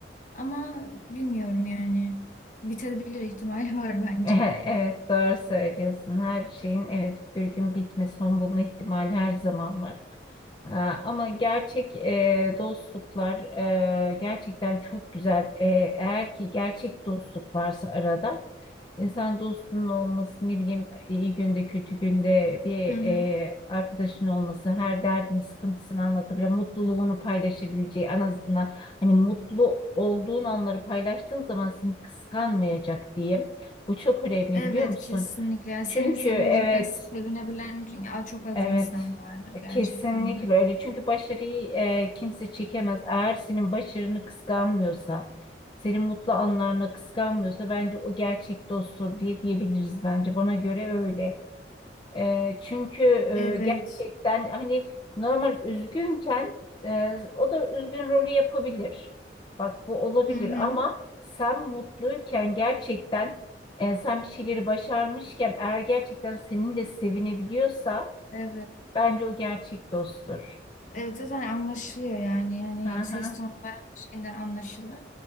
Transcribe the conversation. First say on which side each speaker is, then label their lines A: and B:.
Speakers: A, on the left; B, on the left.
A: ama bilmiyorum yani bitebilir ihtimali <laughs> var bence.
B: <laughs> Evet doğru söylüyorsun. Her şeyin evet bir gün bitme, son bulma ihtimali her zaman var. Aa, Ama gerçek e, dostluklar e, gerçekten çok güzel. E, eğer ki gerçek dostluk varsa arada. İnsan dostunun olması, ne bileyim iyi günde kötü günde bir e,
A: Hı hı.
B: arkadaşın olması, her derdini sıkıntısını anlatabilen, mutluluğunu paylaşabileceği, en azından hani mutlu olduğun anları paylaştığın zaman seni kıskanmayacak diyeyim. Bu çok önemli
A: Evet
B: biliyor musun?
A: kesinlikle. Yani senin
B: Çünkü
A: sevincine
B: evet
A: sevinebilen çok az
B: Evet,
A: insan vardır
B: e,
A: gerçekten
B: kesinlikle
A: de.
B: öyle. Çünkü başarıyı e, kimse çekemez. Eğer senin başarını kıskanmıyorsa, senin mutlu anlarını kıskanmıyorsa bence o gerçek dosttur diye diyebiliriz bence. Bana göre öyle. E, çünkü e,
A: Evet.
B: gerçekten hani normal üzgünken e, o da üzgün rolü yapabilir. Bak bu olabilir
A: Hı hı.
B: ama sen mutluyken gerçekten e, sen bir şeyleri başarmışken eğer gerçekten seninle sevinebiliyorsa
A: Evet.
B: Bence o gerçek dosttur.
A: Evet zaten anlaşılıyor yani. Yani
B: Hı hı,
A: ses tonu veren bir şeyinden anlaşılır.